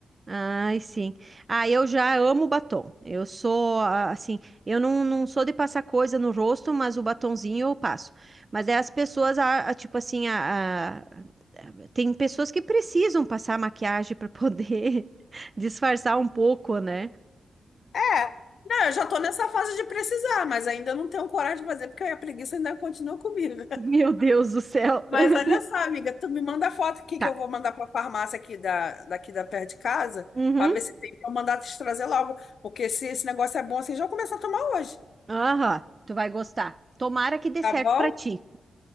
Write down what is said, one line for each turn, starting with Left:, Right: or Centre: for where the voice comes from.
Right: Ai, sim. Ah, eu já amo batom. Eu sou, ah, assim, eu não, não sou de passar coisa no rosto, mas o batonzinho eu passo. Mas é as pessoas, ah, ah, tipo assim, a, a- tem pessoas que precisam passar maquiagem para poder <laughs> disfarçar um pouco, né?
Left: É. Não, eu já tô nessa fase de precisar, mas ainda não tenho coragem de fazer, porque a preguiça ainda continua comigo.
Right: Meu Deus do céu.
Left: Mas
Right: <laughs>
Left: olha só, amiga, tu me manda a foto aqui
Right: Tá.
Left: que eu vou mandar para a farmácia aqui da, daqui da perto de casa,
Right: Uhum.
Left: para ver se tem para mandar te trazer logo, porque se esse negócio é bom assim, já vou começar a tomar hoje,
Right: Aham. Tu vai gostar. Tomara que dê
Left: tá
Right: certo
Left: bom?
Right: pra ti.